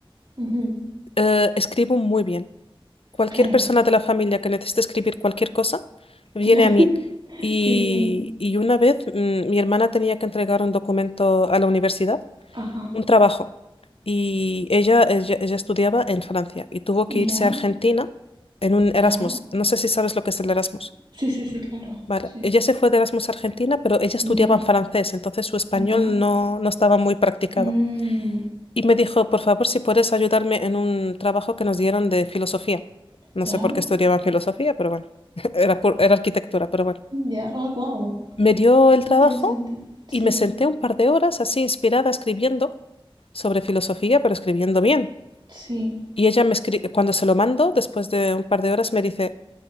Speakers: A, on the right; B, on the left.
A: ujú,
B: eh, escribo muy bien. Cualquier
A: claro,
B: persona de la familia que necesite escribir cualquier cosa, viene
A: que <laughs>
B: a mí. Y,
A: qué bien,
B: y una vez mm, mi hermana tenía que entregar un documento a la universidad.
A: ajá,
B: un trabajo. Y ella, ella, ella estudiaba en Francia y tuvo
A: ya,
B: que irse a Argentina en un
A: ya,
B: Erasmus. No sé si sabes lo que es el Erasmus.
A: sí, sí, sí, claro,
B: Vale,
A: sí,
B: ella se fue de Erasmus a Argentina, pero ella estudiaba
A: ya,
B: en francés, entonces su español
A: ya,
B: no, no estaba muy practicado.
A: mm,
B: Y me dijo, por favor, si puedes ayudarme en un trabajo que nos dieron de filosofía. No
A: ya,
B: sé por qué estudiaban filosofía, pero bueno, <laughs> era, por- era arquitectura, pero bueno.
A: ya, ah, wow,
B: Me dio el
A: qué
B: trabajo
A: interesante, sí,
B: y me senté un par de horas así inspirada escribiendo sobre filosofía, pero escribiendo bien.
A: sí,
B: Y ella me escribe, cuando se lo mando, después de un par de horas, me dice,